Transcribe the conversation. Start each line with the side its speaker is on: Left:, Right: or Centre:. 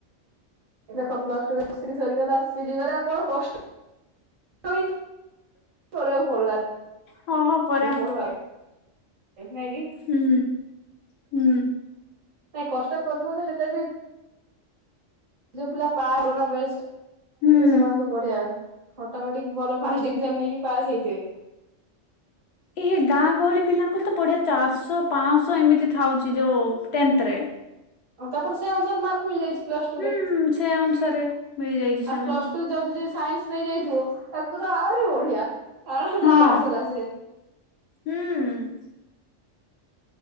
Right: ଦେଖ ପ୍ଲସ ଟୁ ପ୍ଲ ଥ୍ରୀ ସରିଗଲା ସେ ଯିବାରେ ଆଉ କଣ କଷ୍ଟ <inaudible>
Left: ହଁ ହଁ ପରା।
Right: ପଢିବା ନାଇଁ କି,
Left: ହୁଁ ହୁଁ।
Right: ନାଇଁ କଷ୍ଟ କରିୁଥିବ ତ ହେଲେ ବି ଯୋଉ ପିଲା <inaudible> ପାଇଥିବେ
Left: ହୁଁ।
Right: ସେମାନ ତ ବଢିଆ। ଅଟୋମେଟିକ ଭଲ ଫାଷ୍ଟ ଡିଭିଜନ ନେଇକି ପାସ୍ ହେଇଥିବେ।
Left: ଏ ହେ ଗାଁ ଗହଳି ପିଲାଙ୍କୁ ତ ବଢିଆ ଚାରିଶହ ପାଶହ ଏମିତି ଥାଉଛି ଯୋଉ ଟେନଥରେ
Right: ତାପରେ ସେ ଅନୁସାରେ ମାର୍କ ମିଳିଯାଇଛି ପ୍ଲସଟୁରେ।
Left: ହୁଁ ସେ ଅନୁସାରେ ମିଳିଯାଇଛି ସେମାନଙ୍କୁ
Right: ଆ ପ୍ଲସଟୁ ଯଦି ଯିଏ ସାଇନ୍ସ ନେଇଯାଇଥିବ ତାକୁ ତ ଆହୁରି ବଢିଆ। ଆରାମ
Left: ହଁ
Right: ସେ ପାସ୍ ହେଲା ସେ।
Left: ହୁଁ।